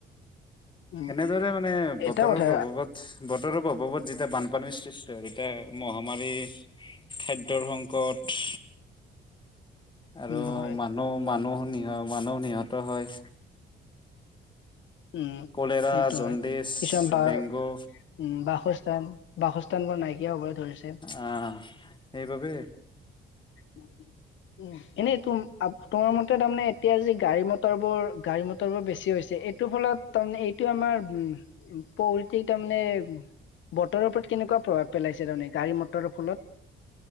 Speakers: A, on the left; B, on the left.
A: উম
B: এনেদৰে মানে
A: এটা
B: বতৰৰ
A: কথা
B: প্ৰভাৱত বতৰৰ প্ৰভাৱত যেতিয়া বানপানীৰ সৃষ্টি হয় তেতিয়া মহামাৰী খাদ্ দ্যৰসংকট আৰু
A: উম হয়
B: মান নুহ মানুহ নিহ মানুহ নিহত হয়।
A: উম
B: কলেৰা
A: সেইটো
B: জণ্ডিচ
A: হয় কিছুমান তাৰ
B: ডেংগু
A: উম বাসস্থান বাসস্থান বোৰ নাইকিয়া হ'বলৈ ধৰিছে।
B: আ সেইবাবে
A: নাহি উম এনেই এটো আবতৰ মতে তাৰমানে এতিয়া যি গাড়ী, মটৰ বোৰ গাড়ী মটৰ বোৰ বেছি হৈছে এইট এইটো ফলত তাৰমানে এইটো আমাৰ উম, পৌতি তাৰমানে বতৰৰ ওপৰত কেনেকোৱা প্ৰভাৱ পেলাইছে তাৰমানে গাড়ী মটৰৰ ফলত